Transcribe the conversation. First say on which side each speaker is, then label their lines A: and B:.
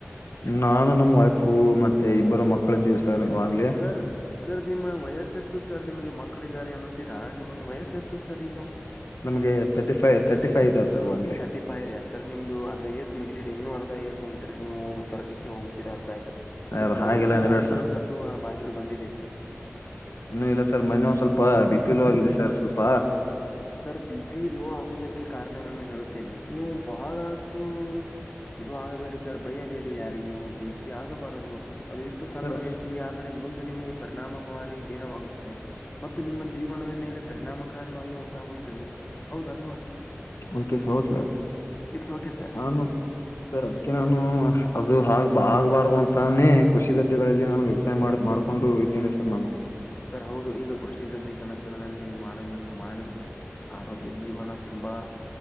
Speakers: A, on the left; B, on the left.
A: ನಾನು ನಮ್ಮ್ ವೈಫು ಮತ್ತೆ ಇಬ್ಬರು ಮಕ್ಕಳು ಇದ್ದೇವೆ ಸರ್ ಇವಾಗ್ಲೇ
B: ಸರ್ ಸರ್ ನಿಮ್ಮ ವಯಸ್ಸ ಎಷ್ಟು ಸರ್ ನಿಮಗೆ ಮಕ್ಕಳ ಇದಾರೆ ಅನ್ನುತೀರಾ ನಿಮಗೆ ವಯಸ್ಸು ಎಷ್ಟು ಸರ್ ಈಗ
A: ನಮ್ಗೆ ತರ್ಟಿ ಫೈ್ ತರ್ಟಿ ಫೈ್ ಇದಾವ ಸರ್ ಹ
B: ಟಿಾದೆ ಸರ್ ನಿಮ್ದು ಅರ್ಧ ಏಜ್ ಮುಗಿದಿದೆ ಇನ್ನುೂ ಅರ್ಧ ಏಜ್ ಮುಗಿದ್ರೆ ನೀವು ಸೊರಗಕ್ಕೆ ಹೋಗ್ೀಾ ಅಂತ ಆಯ್ತು
A: ಸರ್
B: ನೀವು್ ಸ್ವರ್ಗಕ್ಕೆ
A: ಹಾಗೆಲ್ಲ ಅನ್ಬೇಡ
B: ಬಾಗಿಲು ಹೊ ತಟ್ಟು ಆ ಬಾಗಿಲು ಬಂದಿದೆ ಸರ್
A: ಇನ್ನು ಇಲ್ಲ ಸರ್ ಮನೆಯ ಒ ಸ್ವಲ್ಪ ಬಿಪಿಲು ಆಗಿದೆ ಸರ್ ಸ್ವಲ್ಪ
B: ಸರ್ ಬಿ ಪಿ ಲೋ ಆಗುವುದಕ್ಕೆ ಕಾರಣವೇನು ಹೇಳುತ್ತೇನೆ ನೀವು ಬಹಳಷ್ಟು ಇದು ಆಗಬೇಡಿ ಸರ್ ಭಯಬೇಡಿ ಯಾರಿಗೂ ಬಿ ಪಿ ಆಗಬಾರದು ಅದು ಇಷ್ಟು ತಣ್ಣ
A: ಸರ್
B: ವಯಸ್ಸು ಸಿ ಆದರೆ ಮುಂದು ನಿಮಗೆ ಪರಿಣಾಮಕಾರಿ ಬೀರವಾಗುತ್ತದೆ ಮತ್ತು ನಿಮ್ಮ ಜೀವನದ ಮೇಲೆ ಪರಿಣಾಮಕಾರಿವಾಗಿ ಉಂಟಾಗುತ್ತದೆ ಹೌದಲ್ವಾ
A: ಓಕೆ ಹೌ ಸರ್
B: ಇಟ್ಸ್ ಓಕೆ ಸರ್
A: ನಾನು ಸರ್ ಅದಕ್ಕೆ ನಾನು ಅದು ಆಗ್ ಆಗ್ಬಾರ್ದು ಅಂತಾನೇ ಕೃಷಿ ಗದೆಗಳಲ್ಲಿ ನಾನು ವ್ಯವಸಾಯ ಮಾಡ್ ಮಾಡ್ ಹಕೊಂಡು ವಿಜ್ಞಾನೇಶ್ವರ ನಾಮ
B: ಸರ್ ಹೌದು ಈಗ ಕೃಷಿಗದ್ದೆ ಕೆಲಸಗಳಲ್ಲಿ ಮಾಡಬೇಕು ಮಾಡಿದ್ರಿ ಆರೋಗ್ಯ ಜೀವನ ತುಂಬಾ